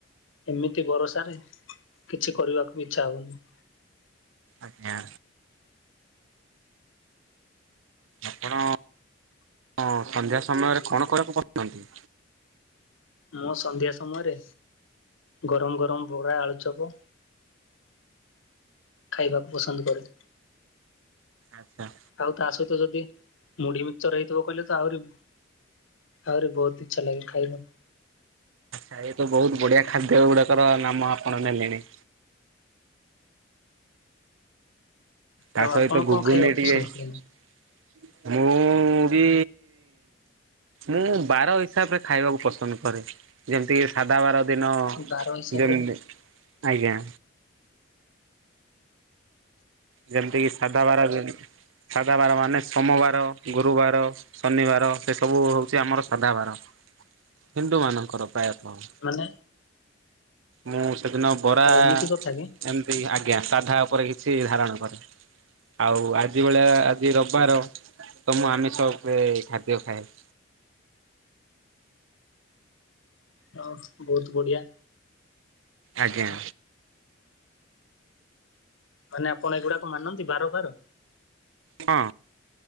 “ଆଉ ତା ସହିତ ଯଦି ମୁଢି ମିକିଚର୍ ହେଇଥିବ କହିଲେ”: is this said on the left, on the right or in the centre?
Left